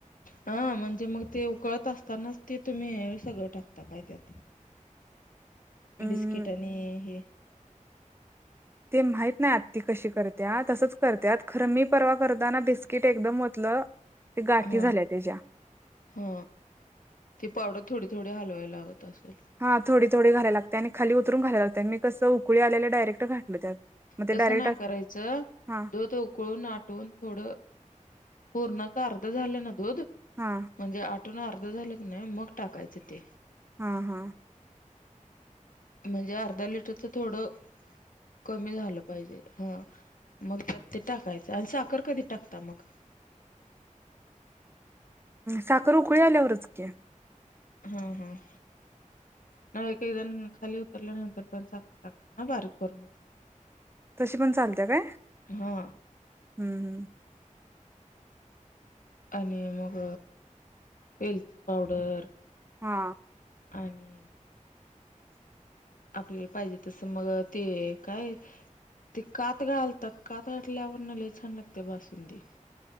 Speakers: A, on the left; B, on the right.
A: हा म्हणजे मग ते उकळत असताना ते तुम्ही हे सगळं टाकता काय त्यात?
B: अम्
A: बिस्किट आणि हे
B: ते माहीत नाही आत् त कशी करते? तसच करते खरं मी परवा करताना बिस्किट एकदम ओतलं. ते गाठी
A: हा
B: झाल्या त्याच्या
A: हा ती पावडर थोडी थोडी हलवायला लागत असेल.
B: हां थोडी थोडी घालायला लागते आणि खाली उतरून घालायला लागत मी कसं उकळी आल्या डायरेट घाातल त्यात मग ते
A: तसं
B: डायरेक्ट
A: नाही
B: अस
A: करायचं
B: हा
A: दूध उकळून आटवून थोड पूर्णच अर्ध झाले ना दूध
B: हा
A: म्हणजे आटून अर्ध झालं की नाही मग टाकायचं ते.
B: हा हा.
A: म्हणजे अर्धा लिटरच थोडं कमी झालं पाहिजे हा. मग त्यात ते टाकायचं आणि साखर कधी टाकता मग.
B: साखर उकळी आल्यावरच क्या.
A: हम् हम्. न का एकन खाली उतर्रला नंत बण साकटात ना बारीक कोर मिक्सर ला.
B: तशी पण चालत्या काय
A: हा
B: हम्म ह्.
A: आणि मग वेलची पावडर.
B: हा.
A: आणि. आपल्याला पाहिजे तस मग ते काय? ते कात घालतात काात गाठल्यावर ना ल छान लागते बासुंदी.